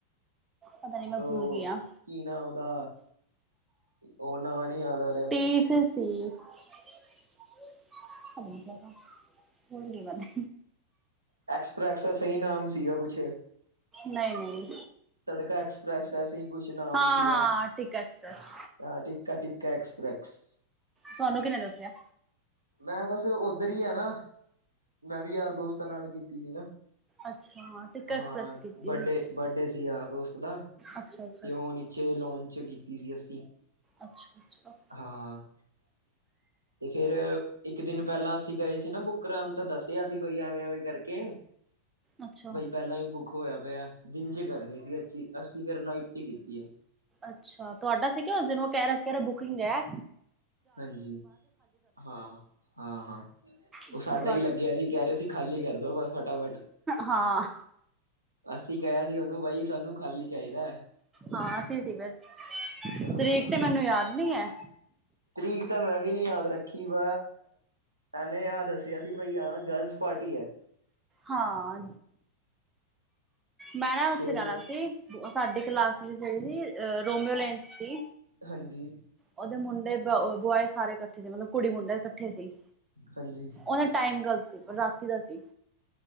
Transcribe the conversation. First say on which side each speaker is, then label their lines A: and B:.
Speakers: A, on the right; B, on the right.
A: ਪਤਾ ਨੀ ਮੈਂ
B: ਉਹ
A: ਭੁੱਲ ਗਈ ਆਂ
B: ਕੀ ਨਾ ਉਹਦਾ ਉਹ ਨਾਂ ਨਹੀਂ ਆਉਦਾ
A: ਤੇਈਸ ਅ ਸੀ <unintelligible> ਮੈਂ ਤੇ
B: ਐਕਸਪ੍ਰੈਕਸ ਦਾ ਸਹੀ ਨਾਂਮ ਸੀਗਾ ਕੁੱਛ
A: ਨਹੀਂ ਨਹੀਂ
B: ਤੜਕਾ ਐਕਸਪ੍ਰੈਸ ਐਸਾ ਕੁੱਛ ਨਾਮ
A: ਹਾਂ
B: ਸੀਗਾ
A: ਹਾਂ ਟਿੱਕਾ ਐਕਸਪ੍ਰੈਸ
B: ਹਾਂ, ਟਿਕਾ ਟਿਕਾ ਐਕਸਪ੍ਰੇਕਸ
A: ਤੁਹਾਨੂੰ ਕਿਨੇ ਦੱਸਿਆ?
B: ਮੈਂ ਬੱਸ ਉੱਧਰ ਹੀ ਆ ਨਾ ਮੈਂ ਵੀ ਯਾਰ ਦੋਸਤਾਂ ਨਾਲ ਕੀਤੀ ਸੀ ਨਾ
A: ਅੱਛਾ ਟਿੱਕਾ ਐਕਸਪ੍ਰੈਸ
B: ਹਾਂ
A: ਕੀਤੀ
B: ਬਰੱਡੇ
A: ਸੀ
B: ਬਰੱਡੇ ਸੀ ਯਾਰ ਦੋਸਤ ਦਾ
A: ਅੱਛਾ ਅੱਛਾ
B: ਤੇ ਉਹ ਨੀਚੇ ਲਾਨ੍ਚ ਕੀਤੀ ਸੀ ਅਸੀਂ
A: ਅੱਛਾ ਅੱਛਾ
B: ਹਾਂ ਅਤੇ ਫਿਰ ਇੱਕ ਦਿਨ ਪਹਿਲਾਂ ਅਸੀਂ ਗਏ ਸੀ ਨਾ ਬੁੱਕ ਕਰਾਉਣ ਤਾਂ ਦੱਸਿਆ ਸੀ ਕੀ ਐਵੇਂ ਐਵੇਂ ਕਰਕੇ
A: ਅੱਛਾ
B: ਬਾਈ ਪਹਿਲਾਂ ਹੀ ਬੁੱਕ ਹੋਇਆ ਪਿਆ ਦਿਨ ਚ ਕਰਨੀ ਸੀ ਅੱਛੀ ਅੱਸੀ ਫਿਰ ਨਾਈਟ ਚ ਕੀਤੀ ਆ
A: ਅੱਛਾ, ਤੁਹਾਡਾ ਸੀਗਾ ਉਸ ਦਿਨ ਕਿਹ ਰਿਹਾ ਸੀ ਬੁਕਿੰਗ ਐ।
B: ਹਾਂਜੀ, ਹਾਂ, ਹਾਂ, ਹਾਂ। ਉਹ
A: ਅੱਛਾ
B: ਸਾਡਾ
A: ਤੁਹਾ
B: ਹੀ ਲੱਗਿਆ ਸੀ ਕਹਿ ਰਹੇ ਸੀ ਖਾਲੀ ਕਰਦੋ ਬੱਸ ਫਟਾਫਟ।
A: ਹਾਂ
B: ਅਸੀਂ ਕਿਹਾ ਸੀ ਉਹਨੂੰ ਬਾਈ ਸਾਨੂੰ ਖਾਲੀ ਚਾਹੀਦਾ ਐ।
A: ਹਾਂ ਅਸੀ ਸੀ ਬੱਸ,
B: ਹਾਂ
A: ਤਰੀਕ ਤੇ ਮੈਨੂੰ ਯਾਦ ਨਹੀਂ ਐ।
B: ਤਰੀਕ ਤਾਂ ਮੈਂ ਵੀ ਨੀ ਯਾਦ ਰੱਖੀ <unintelligible> ਇਹਨੇ ਆਹ ਦੱਸਿਆ ਸੀ ਬਾਈ ਆ ਗਰਲਜ਼ ਪਾਰਟੀ ਐ।
A: ਹਾਂ, ਮੈਂ ਨਾ ਉੱਥੇ
B: ਫੇਰ
A: ਜਾਣਾ ਸੀ ਸਾਡੇ ਕਲਾਸ ਵਿੱਚ ਸੀ ਰੋਮੀਓ ਲੈਂਚ ਸੀ।
B: ਹਾਂਜੀ।
A: ਉਹਦੇ ਮੁੰਡੇ ਬੁਆਏ ਸਾਰੇ ਕੱਠੇ ਸੀ, ਮੱਤਲਬ ਕੁੜੀ ਮੁੰਡੇ ਕੱਠੇ ਸੀ।
B: ਹਾਂਜੀ।
A: ਉਹ ਦਾ ਟਾਈਮ ਗਲਤ ਸੀ ਪਰ ਰਾਤੀ ਦਾ ਸੀ।